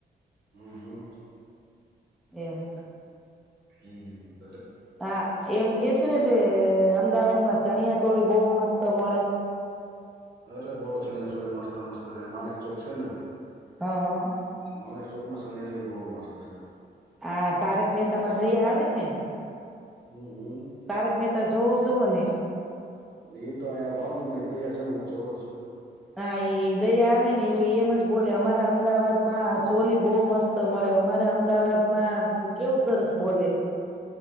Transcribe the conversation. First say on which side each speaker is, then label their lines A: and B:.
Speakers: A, on the right; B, in the centre.
A: હમ્મ હમ્મ.
B: એમ.
A: હમ્મ હમ્મ.
B: હા એમ કે શે ને તે અમ અમદાવાદમાં ચણિયાચોળી બહુ મસ્ત મળે શ.
A: અરે બઉ ચણિયાચોળી મસ્ત મસ્ત છે માણેક ચોક છે ને.
B: હ હ.
A: માણેકચોકમાં ચણિયાચોળી બહુ મસ્ત છે.
B: આ તારક મહેતામાં દયા આવે ને?
A: હમ હમ
B: તારક મેહ તા જોવોશોને?
A: એ તો અહીયાં ભાવનગરની જ દયા શેને હું જોઉં જ શું ને.
B: હા ઈ દયા આવે ને એમ જ બોલે અમારા અમદાવાદમાં ચોલી બહુ મસ્ત મળે અમારા અમદાવાદમાં કેવું સરસ બોલે.